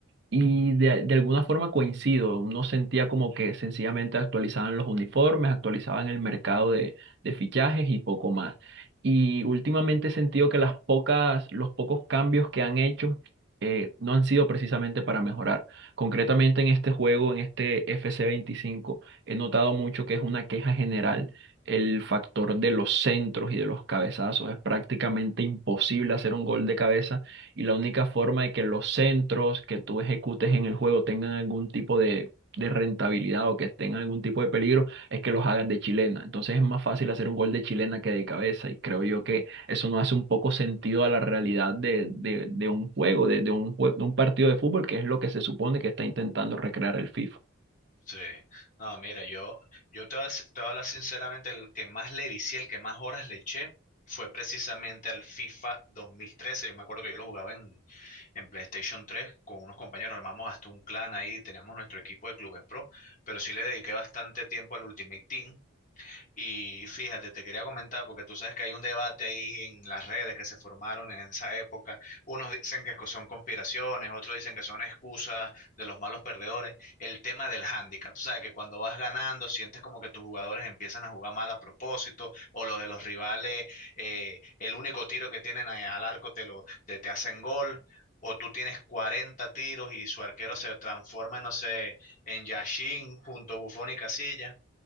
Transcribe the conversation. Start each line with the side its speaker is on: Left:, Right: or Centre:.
Right: Y de, de alguna forma coincido, uno sentía como que sencillamente actualizaban los uniformes, actualizaban el mercado de, de fichajes y poco más. Y últimamente he sentido que las pocas, los pocos cambios que han hecho eh, no han sido precisamente para mejorar. Concretamente en este juego, en este FC25, he notado mucho que es una queja general el factor de los centros y de los cabezazos. Es prácticamente imposible hacer un gol de cabeza y la única forma de que los centros que tú ejecutes en el juego tengan algún tipo de, de rentabilidad o que tengan algún tipo de peligro es que los hagas de chilena. Entonces es más fácil hacer un gol de chilena que de cabeza y creo yo que eso no hace un poco sentido a la realidad de, de, de un juego, de, de un jue- de un partido de fútbol, que es lo que se supone que está intentando recrear el FIFA.
Left: Sí, no, mira, yo, yo te voy a s- te voy a hablar sinceramente, el que más le vicié, el que más horas le eché, fue precisamente al FIFA dos mil trece Yo me acuerdo que yo lo jugaba en, en PlayStation tres con unos compañeros, armamos hasta un clan ahí, teníamos nuestro equipo de clubes pro, pero sí le dediqué bastante tiempo al Ultimate Team, y fíjate, te quería comentar, porque tú sabes que hay un debate ahí en las redes que se formaron en esa época. Unos dicen que son conspiraciones, otros dicen que son excusas de los malos perdedores. El tema del hándicap, tú sabes que cuando vas ganando sientes como que tus jugadores empiezan a jugar mal a propósito, o los de los rivales, eh, el único tiro que tienen a- al arco te lo, te, te hacen gol. O tú tienes 40 tiros y su arquero se transforma, no sé, en Yashin junto a Buffon y Casilla